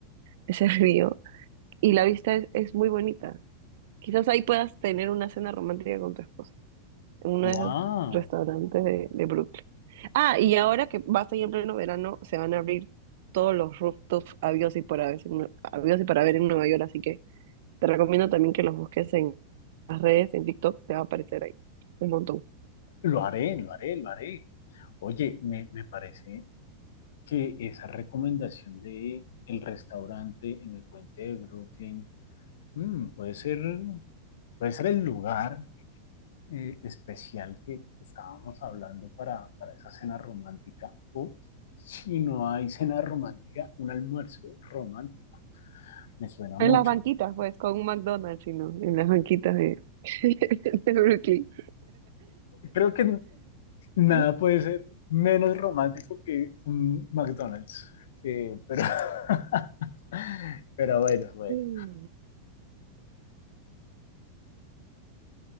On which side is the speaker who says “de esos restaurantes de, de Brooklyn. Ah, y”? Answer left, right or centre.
Right